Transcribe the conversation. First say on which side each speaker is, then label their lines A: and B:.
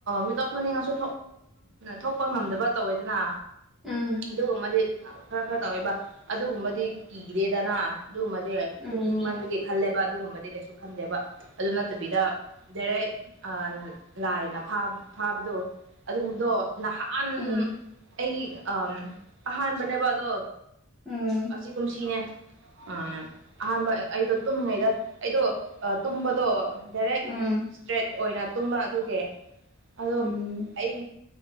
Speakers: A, on the right (about 55°); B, in the centre.
A: ꯃꯤꯀꯞ ꯊ ꯊꯣꯛꯅꯤꯡꯉꯁꯨ ꯊꯣꯛꯄ ꯉꯝꯗꯕ ꯇꯧꯋꯦꯗꯅ
B: ꯎꯝ
A: ꯑꯗꯨꯒꯨꯝꯕꯗꯤ ꯈꯔ ꯈꯔ ꯇꯧꯋꯦꯕ ꯑꯗꯨꯒꯨꯝꯕꯗꯤ ꯀꯤꯗꯦꯗꯅ ꯑꯗꯨꯒꯨꯝꯕꯗꯤ
B: ꯎꯝ
A: ꯇꯨꯝꯅꯤꯡꯃꯟꯕꯒꯤ ꯈꯜꯂꯦꯕ ꯑꯗꯨꯒꯨꯝꯕꯗꯤ ꯀꯩꯁꯨ ꯈꯟꯗꯦꯕ ꯑꯗꯨ ꯅꯠꯇꯕꯤꯗ ꯦꯔꯦꯛ ꯑ ꯂꯥꯏꯅ ꯐꯥꯕꯗꯣ ꯑꯗꯨꯒꯨꯝꯕꯗꯣ ꯅꯍꯥꯟ
B: ꯎꯝ
A: ꯑꯩꯒꯤ ꯑ ꯑꯍꯥꯟꯕꯅꯦꯕ ꯑꯗꯣ
B: ꯎꯝ
A: ꯑꯁꯤ ꯀꯨꯝꯁꯤꯅꯦ ꯎꯝ ꯑꯍꯥꯟꯕ ꯑꯩꯗꯣ ꯇꯨꯝꯃꯤꯉꯩꯗ ꯑꯩꯗꯣ ꯇꯨꯝꯕꯗꯣ ꯗꯥꯏꯔꯦꯛ
B: ꯎꯝ ꯎꯝ
A: ꯏꯁꯇ꯭ꯔꯦꯠ ꯑꯣꯏꯅ ꯇꯨꯝꯕ ꯑꯗꯨꯒꯤ ꯑꯗꯣ
B: ꯎꯝ
A: ꯑꯩ